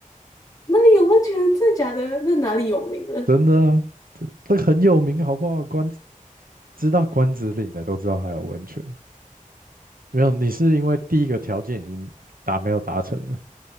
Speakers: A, on the left; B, on the right.
A: 那里有温泉？真得这假的？那哪里有名了？
B: 真的啊，这这个很有名好不好？关子知道关子岭的都知道还有温泉，没有你是因为第一个条件已经达没有达成了，